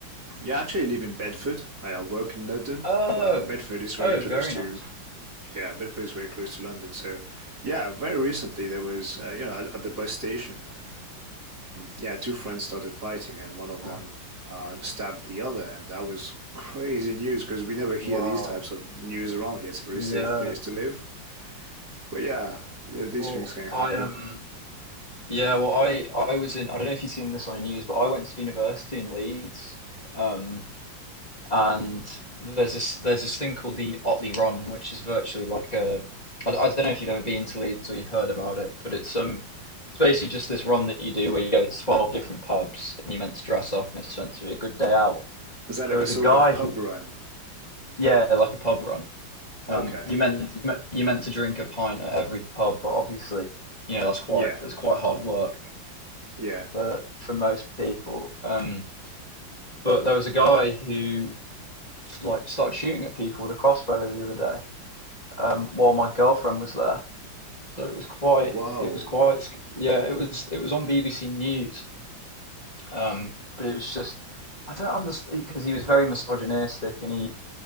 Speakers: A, on the right; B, on the left.
A: Yeah, I actually live in Bedford. I work in London,
B: Oh,
A: but Bedford is very
B: oh,
A: close
B: very
A: to,
B: nice.
A: yeah, Bedford is very close to London. So, yeah, very recently there was, uh, you know, at, at the bus station, yeah, two friends started fighting, and one of them
B: Oh,
A: uh, stabbed the other, and that was crazy news because we never hear
B: wow.
A: these types of news around here. It's a very
B: Yeah.
A: safe place to live, but yeah, you know, these
B: Well,
A: things can happen.
B: I am. Yeah, well, I I was in. I don't know if you've seen this on the news, but I went to university in Leeds, um, and there's this there's this thing called the Otley Ron, which is virtually like a. I, I don't know if you've ever been to Leeds or you've heard about it, but it's um, it's basically just this run that you do where you go to twelve different pubs and you're meant to dress up and it's meant to be a good day out.
A: Is that like
B: There was
A: a sort
B: a guy
A: of pub
B: who,
A: run?
B: yeah, like a pub run. Um,
A: Okay,
B: you meant you meant to drink a pint at every pub, but obviously, you know, that's quite
A: yeah,
B: that's quite hard work.
A: yeah.
B: for for most people. Um, but there was a guy who like started shooting at people with a crossbow the other day um, while my girlfriend was there. So it was quite
A: Wow.
B: it was quite yeah it was it was on BBC News. Um, but it was just I don't understand because he was very misogynistic and he